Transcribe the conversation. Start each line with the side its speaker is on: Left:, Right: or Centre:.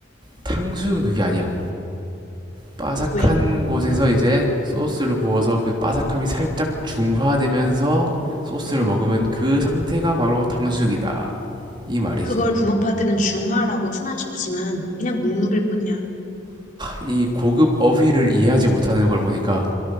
Right: 탕수육은 그게 아니야. 바삭한
Left: 왜?
Right: 곳에서 이제 소스를 부어서 그 바삭함이 살짝 중화되면서 소스를 먹으면 그 상태가 바로 탕수육이다. 이 말이지.
Left: 그걸 부먹파들은 중화라고 순화시키지만 그냥 눅눅일 뿐이야.
Right: 이 고급 어휘를 이해하지 못하는 걸 보니까